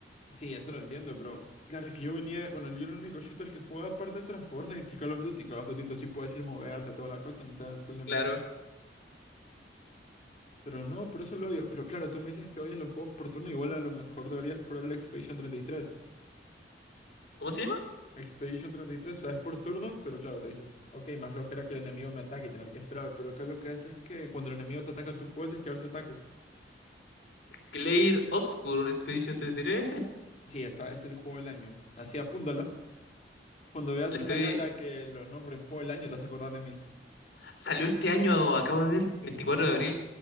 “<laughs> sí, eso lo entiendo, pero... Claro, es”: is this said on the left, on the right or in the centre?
Left